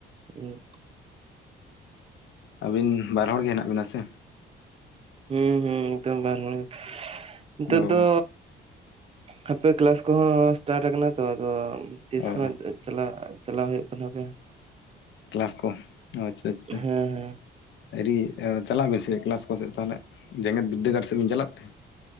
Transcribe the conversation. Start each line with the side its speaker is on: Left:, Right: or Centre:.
Right: ᱦᱩ ᱸ <unintelligible>
Left: ᱟᱵᱤᱱ ᱵᱟᱨ ᱦᱚᱲ ᱜᱮ ᱦᱮᱱᱟᱜ ᱵᱤᱱᱟ ᱥᱮ᱾
Right: ᱦᱩᱸ ᱦᱩᱸ ᱱᱤᱛᱚᱝ ᱵᱟᱨ ᱦᱚᱲ <unintelligible> ᱱᱤᱛᱚᱜ
Left: ᱚ
Right: ᱫᱚ ᱦᱟᱯᱮ ᱠᱞᱟᱥ ᱠᱚᱦᱚᱸ ᱥᱴᱟᱴ ᱠᱟᱱᱟ ᱛᱚ ᱟᱫᱚ ᱛᱤᱥ
Left: ᱚ
Right: ᱠᱷᱚᱱᱟᱜ ᱪᱟᱞᱟᱜ ᱪᱟᱞᱟᱣ ᱦᱩᱭᱩᱜ ᱠᱟᱱᱟ ᱯᱮ
Left: ᱠᱞᱟᱥ ᱠᱚ ᱟᱪᱪᱷᱟ ᱟᱪᱪᱷᱟ
Right: ᱦᱮᱸ
Left: ᱮᱨᱤ ᱪᱟᱞᱟᱜ ᱟᱵᱮᱱ ᱥᱮ ᱠᱞᱟᱥ ᱠᱚ ᱥᱮᱫ ᱛᱟᱦᱚᱞᱮ ᱡᱮᱸᱜᱮᱛ ᱵᱤᱫᱽᱫᱟᱹᱜᱟᱲ ᱥᱮᱫᱵᱤᱱ ᱪᱟᱞᱟᱜ ᱛᱮ